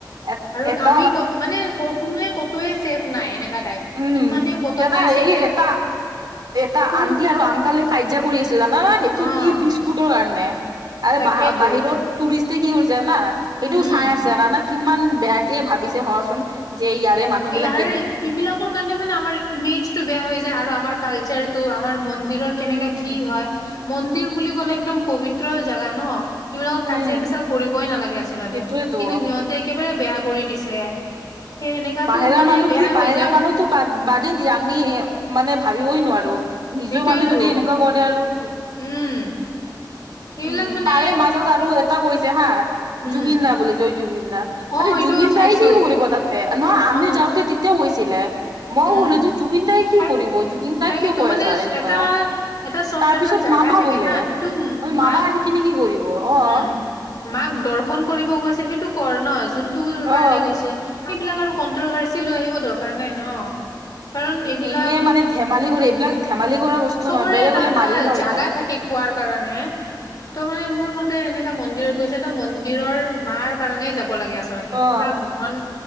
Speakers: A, on the right; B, on the left.
A: এ
B: আৰু
A: এটা
B: আমি কত মানে ক কোনোৱে ক'তোৱে ছেফ। নাই এনেকা টাইপ।
A: উম,
B: ইমানে বটল
A: দাদা
B: মাৰিছে
A: এই
B: এ
A: এটা, এটা
B: কোনো
A: আনটি। আৰু আংকলে কাজিয়া কৰি আছিলো না সেইটো
B: অ',
A: কি বিস্কুটৰ কাৰণে। আ
B: তাকেইতো
A: ব বাহিৰত টুৰিষ্টে কি কৰিছোনা সেইটোও
B: উম।
A: চাই আছে জানানা। কিমান বেয়াকে ভাবিছে হচোন যে ইয়াৰে মানুহ বিলিলাক।
B: আৰু এইবিলাকৰ কাৰণে মানে আমাৰ ইমেজ টো বেয়া হৈ যায়, আৰু আমাৰ কালচাৰ টো আমাৰ মন। মন্দিৰৰ কেনেকাে
A: উম
B: কি হয় মন্দিৰ বুলি কলে একদম পবিত্ৰ জোগা ন? সেইবিলাকত
A: উম
B: কাজিয়া পেচাল কৰিবই নালাগে আচলতে
A: সেইটোয়েতো
B: কিন্তু সিহঁতে। একেবাৰে বেয়া কৰি দিছে। সেই এনেকাতো
A: বাহিৰা
B: মানে
A: মানুহ
B: বেয়া
A: কি বাহৰা
B: হৈ যায়।
A: মানুহতো বাদ বাদেই দিয়ে আমি মানে ভাবিবই নোৱাৰো। নিজৰ
B: সেইটোয়েতো,
A: মানুহ যদি এনেকুৱা কৰে আৰু কি?
B: উম, সেইবিলাক
A: উম,
B: মানে
A: তাৰে মাজত আৰু। কৈছে হা
B: উম,
A: জুবিন দা বুলি জয় জুবিন দা
B: অ',
A: আ
B: এইটোও
A: জুবিন
B: চাইছো।
A: দাই কি কৰিব তাত? নহয়
B: অ',
A: আমি যাওঁতে তেতিয়া কৈছিলে। মই
B: উম,
A: ক'লো যে জুবিনদাই কি
B: আৰু
A: কৰিব জুবিন দাক
B: তাকেতো
A: কিয় কৈ
B: মানে
A: আছা এনেকুৱা?
B: এটা এটা চব
A: তাৰ
B: এটা
A: পিছত।
B: জাগা
A: মামা
B: থাকে
A: বোলে
B: হা, সেইটো
A: ম
B: মাক
A: মামা আহি কিনি কি কৰিব অ'।
B: উম, মাক দৰ্শন কৰিব কৈছে সেইটো কৰ ন। যোনটো কাৰণে
A: অ
B: গৈছে সেইবিলাক আৰু কন্ট্ৰভাৰ্চি লৈ আহিব দৰকাৰ নাই ন? কাৰণ
A: উ,
B: এইবিলাক
A: এনেই মানে ধেমালি কৰি এইবিলাক ধেমালি কৰা বস্তু
B: চবৰে
A: নহয় বেলেগলে
B: এটা এটা
A: মাৰি লয়
B: জাগা
A: তাই।
B: থাকে কোৱাৰ কাৰণে তো মানে মোৰ মতে। তেনেকা মন্দিৰত গৈছে তো, মন্দিৰৰ মাৰ কাৰনেই যাব লাগে আচলতে।
A: অ
B: পুৰা মন